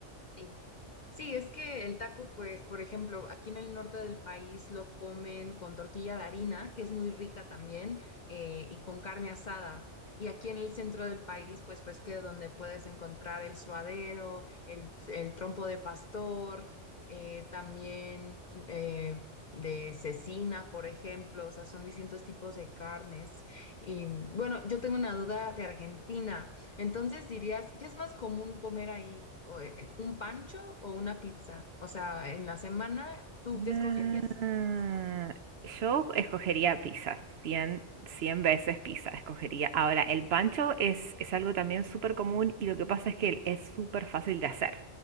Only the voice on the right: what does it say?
Ah, yo escogería pizza, 100 100 veces pizza escogería. Ahora, el pancho es, es algo también súper común y lo que pasa es que es súper fácil de hacer.